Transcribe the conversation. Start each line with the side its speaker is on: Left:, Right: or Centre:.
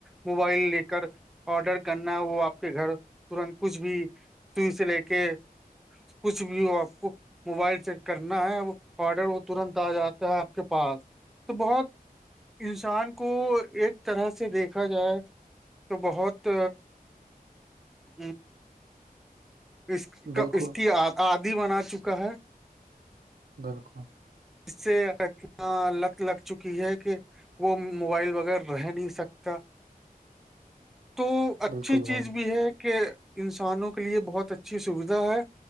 Centre: موبائل لے کر آڈر کرنا ہے وہ آپ کے گھر ترنت کچھ بھی سوئی سے لے کے کچھ بھی ہو آپ کو موبائل چیک کرنا ہے آڈر وہ ترنت آ جاتا ہے آپ کے پاس تو بہت انسان کو ایک طرح سے دیکھا جائے تو بہت ہ اس
Right: بالکل
Centre: اس کی آدی بنا چکا ہے
Right: بالکل
Centre: اس سے لگ لگ چکی ہے کہ وہ موبائل وغیر رہ نہیں سکتا تو اچھی
Right: بالکل بھائی
Centre: چیز بھی ہے کہ انسانوں کے لیے بہت اچھی سویدھا ہے